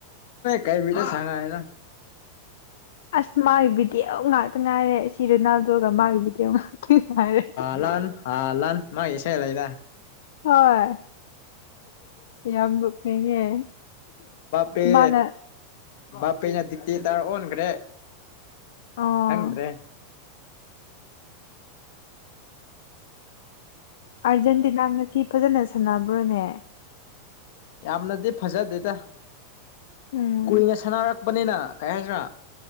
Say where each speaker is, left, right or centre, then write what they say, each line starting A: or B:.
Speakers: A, on the left; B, on the left.
A: ꯀꯥꯏ ꯃꯤꯕꯤꯂ ꯁꯥꯡꯉꯦꯅ
B: ꯑꯁ ꯃꯥꯒꯤ ꯚꯤꯗꯤꯑꯣ ꯉꯥꯛꯇ ꯉꯥꯏꯔꯦ ꯁꯤ ꯔꯣꯅꯥꯜꯗꯣꯒ ꯃꯥꯒꯤ ꯚꯤꯗꯤꯑꯣ ꯉꯥꯛꯇ ꯉꯥꯏꯔꯦ
A: ꯂꯍꯥꯟ ꯍꯥ ꯂꯥꯟ ꯃꯥꯁ ꯂꯩꯗ
B: ꯍꯣꯏ ꯌꯥꯝ ꯅꯣꯛꯅꯤꯡꯉꯦ
A: ꯄꯦ
B: ꯃꯥꯅ
A: ꯕꯥꯄꯦꯅꯅꯗꯤꯇ ꯇ ꯍꯟꯒꯔꯦ
B: ꯑꯣ
A: ꯍꯪꯗ꯭ꯔꯦ
B: ꯑꯥꯔꯖꯦꯟꯇꯤꯅꯥ ꯉꯁꯤ ꯐꯖꯅ ꯁꯥꯟꯅꯕ꯭ꯔꯣꯅꯦ
A: ꯌꯥꯝꯅꯗꯤ ꯐꯖꯗꯦꯗ
B: ꯎꯝ
A: ꯀꯨꯏꯅ ꯁꯥꯟꯅꯔꯛꯄꯅꯤꯅ ꯀꯩ ꯍꯥꯏꯁꯤ꯭ꯔꯥ